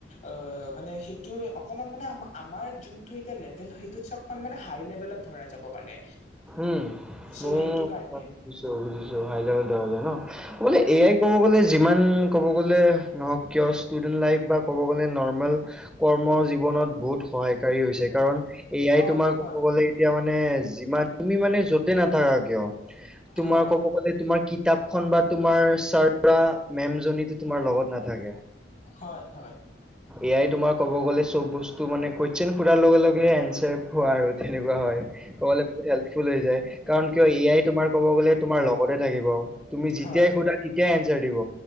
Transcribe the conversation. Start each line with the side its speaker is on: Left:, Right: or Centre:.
Left: অ মানে সেই। ত অকমান মানে আ আমাৰ যোনতটো এতিয়া লেভেল হয় সেইটো চকমান মানে হাই লেভেলত ধৰা যাব পাৰে।
Centre: উম
Left: চ'
Centre: মোৰ
Left: সেইটো কাৰণে
Centre: বুজিছো বুজিছো হাই লেভেল ধৰা যায় ন। বোলে এয়াই ক'ব গ'লে। যিমান ক'ব গ'লে নহওক কিয় ষ্টুডেণ্ট লাইফ বা ক'ব গ'লে নৰ্মেল কৰ্ম জীৱন। খনত বহুত সহায়কাৰী হৈছে কাৰণ এয়াই
Left: অ
Centre: তোমাক
Left: হয়
Centre: ক'ব গলে এতিয়া মানে যিমান তুমি মানে য'তে নাথাকা কিয়। তোমাৰ
Left: হয়
Centre: কব গলে তোমাৰ কি? কিতাপখন বা তোমাৰ ছাৰ বা মেম জনী তোমাৰ লগত নাথাকে।
Left: হয় হয়
Centre: এয়াই তোমাৰ ক'ব গ'লে চব বস্তু মানে কুৱেশ্যন হুধাৰ লগে লগে এনঞ্চাৰ হোৱা আৰু- তেনেকুৱা হয় ক'বলে- ফুল হৈ যায় কাৰণ কিয় এ আই তোমাৰ। কব গলে তোমাৰ লগতে থাকিব তুমি যেতিয়াই
Left: হয়
Centre: সোধা তেতিয়াই এনচাৰ দিব